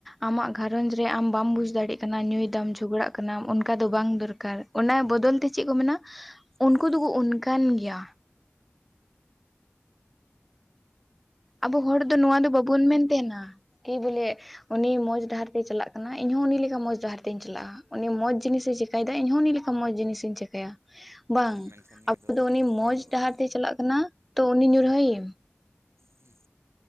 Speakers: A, in the centre; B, on the right (about 80°).
A: ᱟᱢᱟᱜ ᱜᱷᱟᱨᱚᱸᱡᱽ ᱨᱮ ᱟᱢ ᱵᱟᱢ ᱵᱩᱡᱽ ᱫᱟᱲᱮᱜ ᱠᱟᱱᱟ ᱧᱩᱭᱮᱫᱟᱢ ᱡᱷᱚᱜᱽᱲᱟᱜ ᱠᱟᱱᱟᱢ ᱚᱱᱠᱟ ᱫᱚ ᱵᱟᱝ ᱫᱚᱨᱠᱟᱨ ᱚᱱᱟ ᱵᱚᱫᱚᱞ ᱛᱮ ᱪᱮᱫ ᱠᱚ ᱢᱮᱱᱟ ᱩᱱᱠᱩ
B: ᱦᱮᱸ
A: ᱫᱚᱠᱚ ᱚᱱᱠᱟᱱ ᱜᱮᱭᱟ᱾ ᱟᱵᱚ ᱦᱚᱲ ᱫᱚ ᱱᱚᱣᱟ ᱫᱚ ᱵᱟᱵᱚᱱ ᱢᱮᱱ ᱛᱟᱦᱮᱱᱟ ᱠᱤ ᱵᱚᱞᱮ ᱩᱱᱤ ᱢᱚᱸᱡᱽ ᱰᱟᱦᱟᱨ ᱛᱮᱭ ᱪᱟᱞᱟᱜ ᱠᱟᱱᱟ ᱤᱧ ᱦᱚᱸ ᱩᱱᱤ ᱞᱮᱠᱟ ᱢᱚᱸᱡᱽ ᱰᱟᱦᱟᱨᱛᱤᱧ ᱪᱟᱞᱟᱜ-ᱟ᱾ ᱩᱱᱤ ᱢᱚᱡᱽ ᱡᱤᱱᱤᱥᱮ ᱪᱮᱠᱟᱹᱭᱟ ᱤᱧᱦᱚᱸ ᱩᱱᱤ ᱞᱮᱠᱟ ᱢᱚᱡᱽ ᱡᱤᱱᱤᱥᱤᱧ ᱪᱮᱤᱠᱟᱹᱭᱟ ᱵᱟᱝ
B: ᱢᱮᱱᱠᱷᱟᱱ ᱱᱤᱭᱟᱹ
A: ᱟᱵᱚ ᱫᱚ ᱩᱱᱤ
B: ᱱᱤᱭᱟᱹ
A: ᱢᱚᱸᱡᱽ
B: ᱫᱚ ᱵᱟᱝ
A: ᱰᱟᱦᱟᱨ ᱛᱮ ᱪᱟᱞᱟᱜ ᱠᱟᱱᱟ ᱛᱚ ᱩᱱᱤ ᱧᱩᱨᱦᱟᱹᱭ ᱮᱢ
B: ᱦᱮᱸ